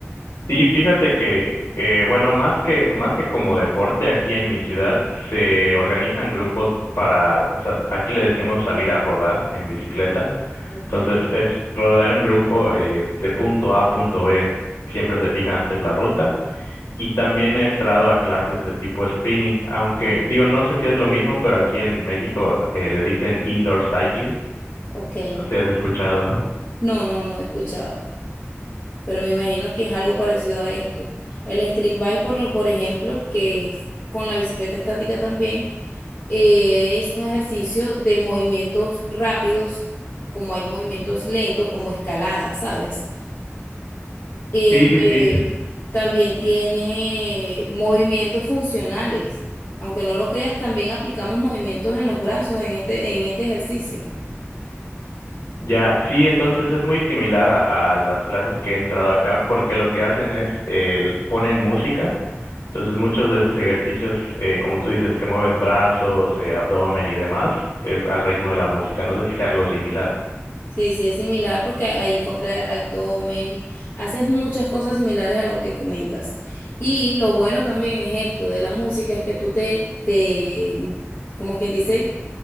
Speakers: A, on the left; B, on the left.
A: Sí, fíjate que, eh, bueno, más que, más que como deporte, aquí en mi ciudad se organizan grupos para, sa- aquí le decimos salir a rodar en bicicleta,
B: Ok.
A: entonces es rodar en grupo eh, de punto A a punto B, siempre se fija antes la ruta Y también he entrado a clases de tipo spinning, aunque
B: Ajá.
A: digo, no sé si es lo mismo, pero aquí en México eh, le dicen indoor cycling.
B: Ok.
A: No sé si has escuchado.
B: No, no, no he escuchado. pero me imagino que es algo parecido a esto. El stream bike, por, lo- por ejemplo, que es con la bicicleta estática también, eh, es un ejercicio de movimientos rápidos, como hay movimientos lentos, como escalada, ¿sabes? Este
A: Sí, sí, sí.
B: también tiene movimientos funcionales. Aunque no lo creas, también aplicamos movimientos en los brazos en este, en este ejercicio.
A: Ya, sí, entonces es muy similar a, a las clases que he entrado acá, porque lo que hacen es eh, l- ponen música. Entonces muchos de esos ejercicios, eh, como tú dices, que mueves brazos, eh, abdomen y demás, es al ritmo de la música. No sé si sea algo similar.
B: Sí, sí, es similar porque allí contra abdomen, haces muchas cosas similares a lo que comentas. Y lo bueno también es esto de la música, es que tú te, te, como quien dice,